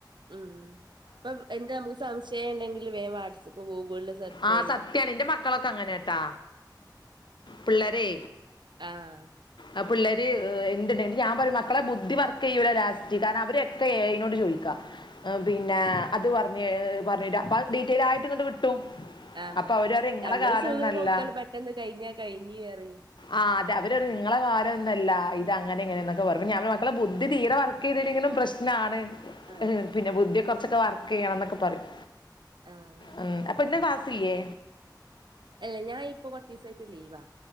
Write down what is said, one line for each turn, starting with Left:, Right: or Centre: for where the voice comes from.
Right: ഉം ഇപ്പൊ എന്ത് നമുക്ക് സംശയം ഉണ്ടെങ്കിലും വേഗം വാട്സപ്പ് ഗൂഗിളില് സെർച്ച്
Left: ആ
Right: ചെയ്യാം.
Left: സത്യാണ് എന്റെ മക്കളൊക്കെ അങ്ങനെയാട്ടാ പിള്ളേരെ
Right: ആഹ്
Left: ആ പിള്ളേര് എന്തുണ്ടേലും ഞാൻപറയും മക്കളെ ബുദ്ധി വർക്കുചെയ്യുല്ല ലാസ്റ്റ് കാരണം അവരെക്കെ എ ഐ നോട് ചോയിക്കാ. ആ പിന്നെ അതുപറഞ്ഞ് പറഞ്ഞെരും അപ്പ അത്‌ ഡീറ്റെലായിട്ട് ഇങ്ങട് കിട്ടും.
Right: ആഹാ
Left: അപ്പൊ അവര് പറയും നിങ്ങളെ
Right: ഞമ്മള്
Left: കാലം
Right: സുഖം
Left: ഒന്നല്ല
Right: നോക്കല് പെട്ടെന്നുകഴിഞ്ഞാ കഴിഞ്ഞുകേറി
Left: ആഹ് അതെ അവര് പറഞു നിങ്ങളെ കാരം ഒന്നല്ല ഇത് അങ്ങനെ ഇങ്ങനെയെന്നൊക്കെ പറഞ്ഞ് ഞാൻ മക്കളെ ബുദ്ധി തീരെ വർ ക്ക് ചെയ്തില്ലെങ്കിലും പ്രശ്നാണ്.
Right: ആഹ്
Left: ഇഹ് പിന്നെ ബുദ്ധി കൊറച്ചൊക്കെ വർക്കെയ്യണം എന്നൊക്കെ പറയും
Right: ആഹ്
Left: ഉം അപ്പൊ ഇന്ന് ക്ലാസി സില്ലേ.
Right: അല്ല ഞാനിപ്പൊ കൊറച്ചീസായിട്ട് ലീവാ.